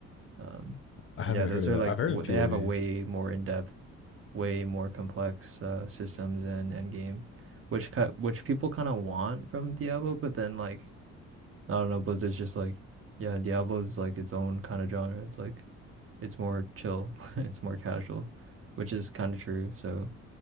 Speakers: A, on the right; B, on the left.
A: Um,
B: I haven't
A: yeah, those
B: heard of
A: are
B: that.
A: like
B: I've heard
A: w-
B: of POE.
A: they have a way more in-depth, way more complex uh, systems and end game, which cut which people kind of want from Diablo, but then like I don't know, Blizzard's just like, yeah, Diablo's like its own kind of genre. It's like it's more chill, <laughs> it's more casual, which is kind of true. So